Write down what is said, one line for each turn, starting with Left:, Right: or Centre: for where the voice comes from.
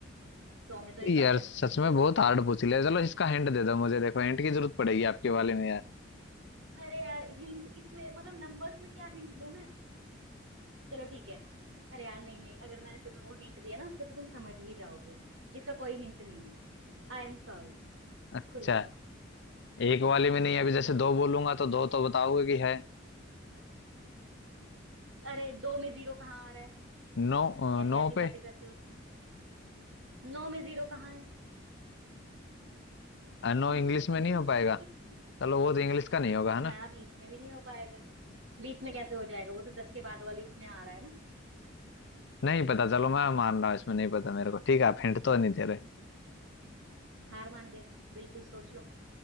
Right: सौ में तो एक
Left: यार
Right: आ गया
Left: सच में बहुत हार्ड पूछ लिया चलो इसका हिंट दे दो मुझे देखो हिंट की जरूरत पड़ेगी आपके वाले में यार
Right: अरे यार हिंट इसमें मतलब नंबर्स में क्या हिंट दूं मैं चलो ठीक है अरे यार नहीं नहीं अगर मैंने तुम्हें वो हिंट दिया ना उससे तो तुम समझ ही जाओगे इसका कोई हिंट नहीं है आई एम सॉरी
Left: अच्छा
Right: खुद बताओ
Left: एक वाले में नहीं अभी जैसे
Right: हम्म
Left: दो बोलूंगा तो दो तो बताओगे कि है
Right: अरे दो में जीरो कहाँ आ रहा है
Left: नो
Right: यार
Left: नो
Right: कैसी
Left: पे
Right: बातें करते हो तुम नौ में जीरो कहाँ है
Left: अ, नो
Right: <laughs>
Left: इंग्लिश में नहीं हो पाएगा चलो वो तो इंग्लिश का नहीं होगा है
Right: ना
Left: ना
Right: बीस में भी नहीं हो पाएगा बीस में कैसे हो जाएगा वो तो दस के बाद वाली उसमें आ रहा है ना
Left: नहीं पता चलो मैं मान रहा हूँ इसमें नहीं पता मेरे को ठीक है आप हिंट तो नहीं दे रहे
Right: हार मान गए बिल्कुल सोच लो